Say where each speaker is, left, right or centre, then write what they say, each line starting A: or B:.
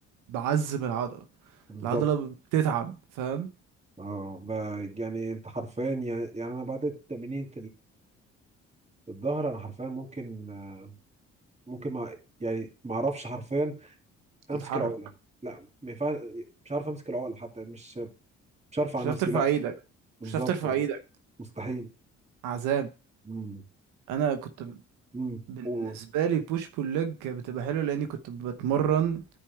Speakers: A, on the right; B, on the right.
A: بعذب العضلة
B: بالظبط
A: العضلة بتتعب فاهم
B: اه ب- يعني انت حرفيا يعني يعني انا بعد تمرينة الظهر انا حرفيا ممكن آه، ممكن ما يعني ما اعرفش حرفيا
A: تتحرك
B: امسك العقله لا ما ينفعش مش عارف امسك العقله حتى مش مش عارف
A: مش
B: على
A: هتعرف
B: نفسي
A: ترفع
B: لا
A: ايدك
B: بالظبط
A: مش هتعرف ترفع
B: آه،
A: ايدك
B: مستحيل
A: عذاب
B: امم
A: انا كنت ب-
B: امم
A: بالنسبة
B: أوه.
A: لي بوش بول ليج بتبقى حلوة لاني كنت بتمرن